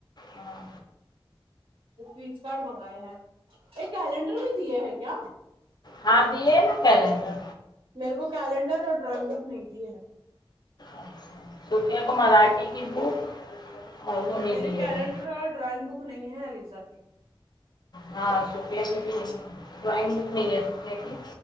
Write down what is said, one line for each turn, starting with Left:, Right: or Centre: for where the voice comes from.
Left: ہاں
Right: فیس کارڈ منگائے ہیں ایک کیلنڈر بھی دیے ہیں کیا
Left: ہاں دیے نا کیلنڈر
Right: میرے کو کیلنڈر اور ڈرائنگ بک نہیں دیے ہیں
Left: اچھا سفیہ کو مراٹھی کی بک اور وہ نہیں
Right: میری
Left: دیے
Right: کیلنڈر
Left: ہوئے
Right: اور ڈرائنگ بک نہیں ہے علیزا کے
Left: ہاں سوفیا کی بھی نہیں ہے ڈرائنگ بک نہیں ہے سوفیا کی